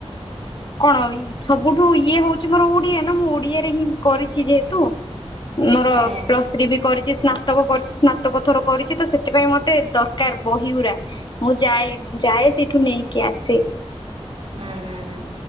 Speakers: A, on the left; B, on the right.
A: କଣ ସବୁଠୁ ଇଏ ହଉଛି ମୋର ଓଡିଆ ନା ମୁଁ ଓଡିଆ କରିଛି ଯେହେତୁ ମୋର
B: ଆଜ୍ଞା
A: ପ୍ଲସଥ୍ରୀ ବି କରି ସ୍ନାତକ କରିଛି ସ୍ନାତକ ଥର କରିଛି ତ ସେଥିପାଇଁ ମତେ ଦରକାର ବହିଗୁ୍ରା ମୁଁ ଯାଏ। ମୁଁ ଯାଏ ସେଇଠୁ ନେଇକି ଆସେ।
B: ହୁଁ ହୁଁ ହୁଁ।